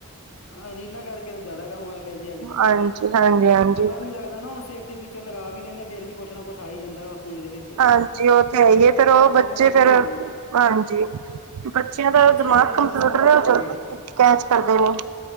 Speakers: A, on the left (about 65°); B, on the right (about 90°).
A: ਹ ਰੀਲਾਂ ਕਰਕੇ ਤਾਂ ਜ਼ਿਆਦਾ ਕੰਮ ਹੋਇਆ ਪਿਆ ਜੀ ਅੱਜ ਕੱਲ
B: ਹਾਂਜੀ ਹਾਂਜੀ
A: ਪਤਾ
B: ਹਾਂਜੀ
A: ਨੀ ਲੱਗਦਾ ਨਾ ਹੁਣ ਸੇਫ ਫੀਚਰ ਲਗਾ ਵੀ ਲੈਂਦੇ ਹ ਫ਼ਰ ਵੀ ਕੁੱਛ ਨਾ ਕੁਛ ਆ ਹੀ ਜਾਂਦਾ ਵ ਫੋਨ ਦੇ ਵਿੱਚ
B: ਹਾਂਜੀ ਉਥੇ ਆਈਏ
A: ਬੱਚਿਆਂ
B: ਫੇਰ ਉਹ
A: ਤੋਂ
B: ਬੱਚੇ
A: ਕਿੰਨਾ ਮਰਜ਼ੀ
B: ਫੇਰ
A: ਲਕੋ ਲੋ
B: ਹਾਂਜੀ ਬੱਚਿਆਂ
A: ਕਿਉਂਕਿ
B: ਦਾ।
A: ਬੱਚੇ
B: ਦਿਮਾਗ
A: ਅੱਜ ਕੱਲ੍ਹ ਜ਼ਿਆਦਾ
B: ਕੰਪਿਊਟਰ
A: ਸਮਝਦਾਰ
B: ਉਹ
A: ਹੋ
B: ਚ
A: ਗਏ ਆ
B: ਕੈਚ ਕਰਦੇ। ਨੇ